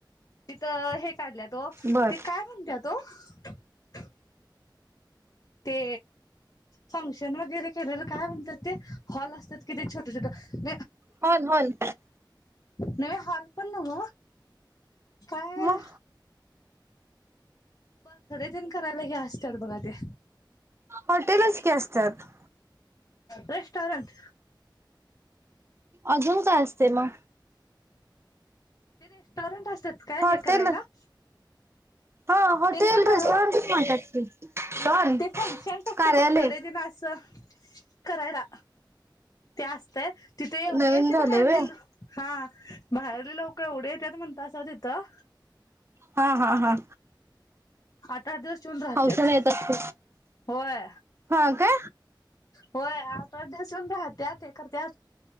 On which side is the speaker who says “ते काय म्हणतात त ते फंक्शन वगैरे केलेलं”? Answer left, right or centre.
Left